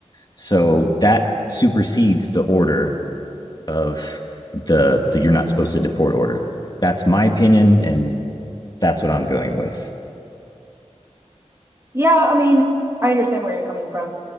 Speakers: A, on the left; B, on the right.
A: so that supersedes the order of the the you're not supposed to deport order. That's my opinion, and that's what I'm going with.
B: Yeah, I mean, I understand where you're coming from.